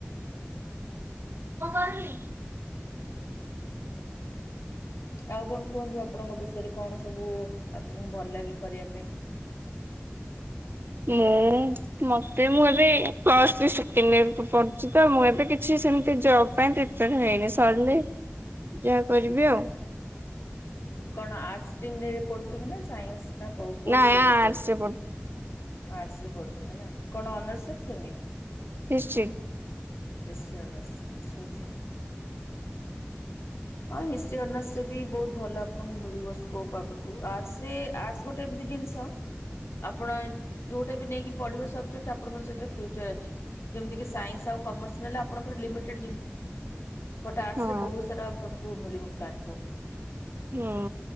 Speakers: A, on the right; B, on the left.
A: <inaudible>
B: ଆଉ କଣ କୁହନ୍ତୁ ଆପଣଙ୍କ ବିଷୟରେ କଣ ସବୁ ଆପଣଙ୍କୁ ଭଲ ଲାଗେ କରିବା ପାଇଁ?
A: ମୁଁ ମତେ ମୁଁ ଏବେ ତ ପ୍ଲସ ଥ୍ରୀ ସେକେଣ୍ଡ ୟେର୍ ପଢୁଛି ତ ମୁଁ ଏବେ କିଛି ସେମିତି ଜବ ପାଇଁ ିଟ ହେଇନି ସରିଲେ ଯାହା କରିବି ଆଉ
B: ଆଛା କଣ ଆ ପଢୁଛନ୍ତି ନା ସସ? ନା କ କଚଣ୍ଡ
A: ନାଇଁ ଆର୍ଟସରେ
B: ପଡ଼ିଚ?
A: ପଢୁ
B: ଆର୍ଟ ରେ ପଢୁଛନ୍ତି ନା କଣ ଅନର୍ସ ରଖିଛନ୍ତି?
A: ହିଷ୍ଟଷ୍ଟ୍ରୀ।
B: ନିନର୍ସ ଆଛାଛା। ହଁ ହିି ଅନର୍ସ ରେ ବି ବହୁତ ଭଲ ଆପଣଙ୍କୁ ମିଳିବ ସ୍କୋପ ଆଗ ଗୋଟେ କି ଜିନିଷ ଆପଣ ଯୋଉଟା ବି ନେଇକି ପଢିବା ସବଜେକ୍ଟ ଆପଣଙ୍କର ସେଥିରେ ଫଚର ଅ ଯେମିତି ସନ୍ସ ଆ ଙ୍କର ଲମିେି ବା
A: ହଁ
B: ମିଳିବ ପ୍ଲାଟଫର୍ମ।
A: ହୁଁ